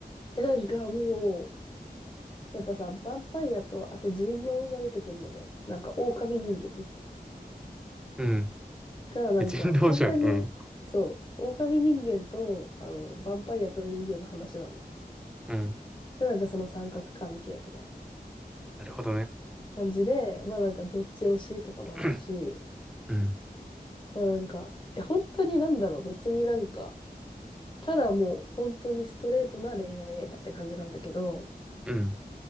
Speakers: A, on the left; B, in the centre.
A: う。え、なんかもう、やっぱさ、ヴァンパイアと、あと人狼が出てくるのね。なんか、狼人間みたい
B: うん。
A: な。が、なんか、
B: え、人道じゃん。
A: まあ、簡単に、
B: うん。
A: そう、狼人間と、あの、ヴァンパイアと人間の話なの。
B: うん。
A: で、なんかその三角関係みたいな
B: なるほどね。
A: 感じで、まあなんか、どっち推しとかもあるし、
B: <clears throat> うん。
A: まあなんか、え、本当になんだろう、別になんか、ただもう、本当にストレートな恋愛映画って感じなんだけど、
B: うん。